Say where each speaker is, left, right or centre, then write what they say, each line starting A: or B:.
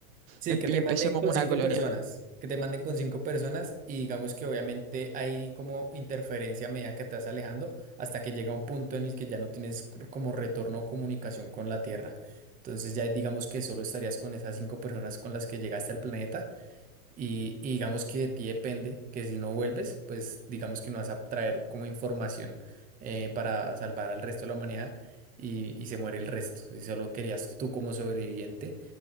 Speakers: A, on the right; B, on the right.
A: Sí,
B: em-
A: que
B: y
A: te
B: empecemos
A: manden con
B: una
A: cinco
B: colonia.
A: personas, que te manden con cinco personas y digamos que obviamente hay como interferencia a medida que te vas alejando hasta que llega un punto en el que ya no tienes c- como retorno o comunicación con la Tierra. Entonces ya digamos que solo estarías con esas cinco personas con las que llegaste al planeta Y, y digamos que de ti depende que si no vuelves, pues digamos que no vas a traer como información eh, para salvar al resto de la humanidad y, y se muere el resto. Si solo querías tú como sobreviviente,